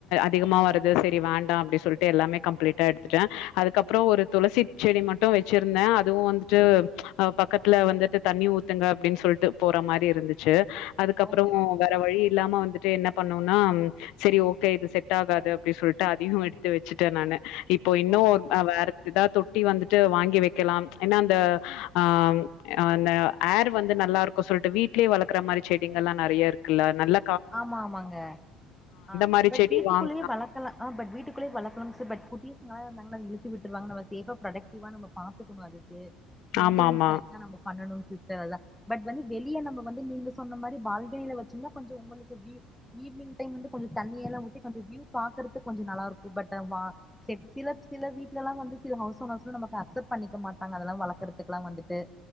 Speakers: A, on the left; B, in the centre.
A: அதிகமா வருது செரி வேண்டா அப்டின் சொல்ட்டு எல்லாமே கம்ப்ளீட்டா எடுத்துட்டே அதுக்கப்புறோ ஒரு துளசி செடி மட்டும் வச்சிருந்தே அதுவு வந்துட்டு பக்கத்துல வந்துட்டு தண்ணி ஊத்துங்க அப்டின் சொல்ட்டு போற மாரி இருந்துச்சு அதுக்கப்புறோ
B: ஓகே ஓகே
A: வேற வழி இல்லாம வந்துட்டு என்ன பண்ணோனா சரி ஓகே இது செட்டாகாது அப்டி சொல்ட்டு அதயு எடுத்து வச்சுட்டே நானு இப்போ இன்னு
B: ஓகே
A: ஒரு வேற இதா தொட்டி வந்துட்டு வாங்கி வெக்கலா ஏன்னா அந்த ஆ அந்த ஏர் வந்து நல்லா இருக் கு சொல்ட்டு வீட்லே வளக்கற மாரி செடிங்கல்லா நறைய இருக்குல்ல நல்ல
B: ஆமா ஆமாங்க ஆ
A: மாரி
B: பட்
A: செடி
B: வீட்டுக்குள்ளயே
A: வாங்கலாம்.
B: வளக்கலா அ பட் வீட்டுக்குள்ளேயே வளக்கலாம்ஸ் பட் குட்டிஸ் <unintelligible> நம்மள இழுத்து விட்டுவாருங்க நம்ம சேஃபா ப்ரக்டிவா நம்ம பாத்துக்கணு அதுக்கு மெயின்டனன்ஸ்
A: ஆமாமா.
B: கரெக்டா நம்ப பண்ணனு <unintelligible> அதா பட் வந்து வெளியே நம்ம வந்து நீங்க சொன்ன மாரி பால்கனில வச்சோம்னா கொஞ்சோ உங்களுக்கு வீவ் ஈவ்னிங் டைய்ம் வந்து கொஞ்சோ தண்ணியெல்லா ஊத்தி கொஞ்சோ வீவ் பாக்கறதுக் கொஞ்சோ நல்லாருக்கு பட் வா செப் சிலப் சில வீட் ட்லலா வந்து சில ஹவுஸ் ஓனர்ஸ் நம்ப க்கு அக்செப்ட் பண்ணிக்க மாட்டாங்க அதல்லா வளக்கறதுக் த்துக்கல்லா வந்துட்டு